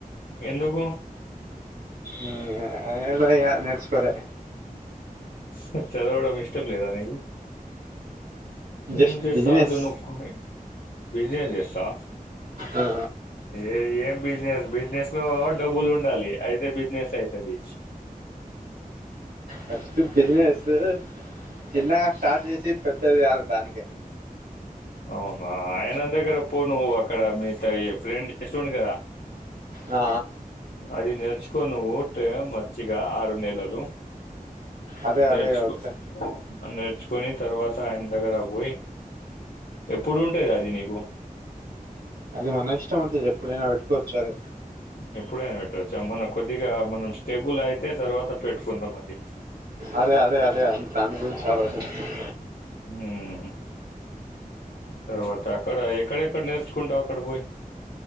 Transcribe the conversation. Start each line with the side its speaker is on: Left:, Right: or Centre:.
Left: ఎందుకు
Right: ఉమ్ ఏదో ఇగ నేర్చుకోలే
Left: నీక్ చదవడం ఇష్టం లేదా నీకు
Right: జస్ట్
Left: ఏం జెస్తా
Right: బిజినెస్
Left: సర్ద్ కొని బిజినెస్ చేస్తావ
Right: ఆ,
Left: ఏ ఏ బిజినెస్ బిజినెస్ లో డబ్బులు ఉండాలి అయితే బిసిన్స్ ఐతది
Right: ఫస్ట్ బిజినెస్ చిన్నగా స్టార్ట్ చేసి పెద్దగ చేయాలి దానికి
Left: ఓన్ అ ఆయన దగర పోన్ నువ్వు అక్కడ మీ ఫ్రెండ్ జెస్తుండు కదా
Right: ఆ,
Left: అది నేర్చుకో నువ్ టే మంచి గా ఆరు నెలలు
Right: అదే
Left: నేర్చుకో
Right: అదే ఓకే
Left: నేర్చుకొని తర్వాత ఆయన దగ్గర పోయి ఎప్పుడు ఉంటాది అది నీకు
Right: అది మన ఇష్టం అంతది ఎప్పుడైనా పెట్టుకోవచ్చు అది
Left: ఎప్పుడైనా పెట్టవచ్చు మనం కొద్దిగా మనం స్టేబుల్ అయితే తర్వాత పెట్టుకుందాం అది
Right: అదే అదే అదే అ దాని గురించి ఆలోచిస్తున్న
Left: ఉమ్మ్ తర్వాత అక్కడ ఎక్కడెక్కడ నేర్చుకుంటావు అక్కడకు పోయి